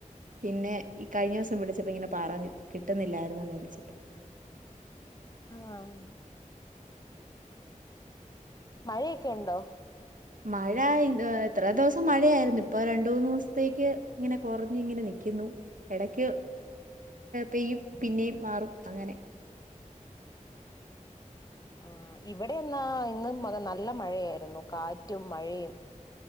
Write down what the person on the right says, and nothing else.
പിന്നെ ഈ കഴിഞ്ഞ ദിവസം വിളിച്ചപ്പ ഇങ്ങനെ പറഞ്ഞു കിട്ടുന്നില്ലായിരുന്നന്ന് വിളിച്ചിട്ട്
മഴ ഇത്ര ദെവസം മഴയായിരുന്നു ഇപ്പൊ രണ്ട് മൂന്ന് ദെവസത്തേക്ക് ഇങ്ങനെ കൊറഞ്ഞ് ഇങ്ങനെ നിക്കുന്നു എടയ്ക്ക് പെയ്യും പിന്നെയും മാറും അങ്ങനെ